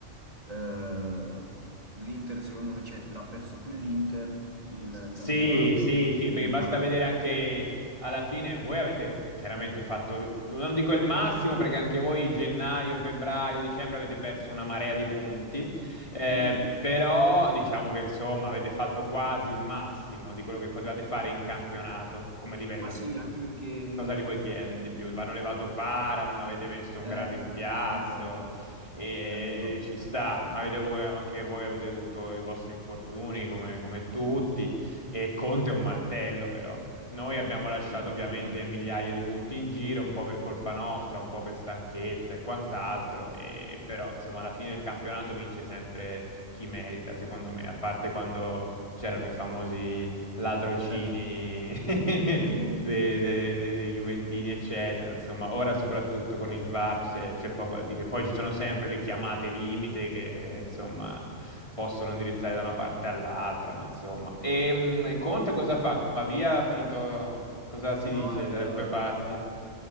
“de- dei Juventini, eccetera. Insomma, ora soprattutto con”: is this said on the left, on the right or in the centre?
Left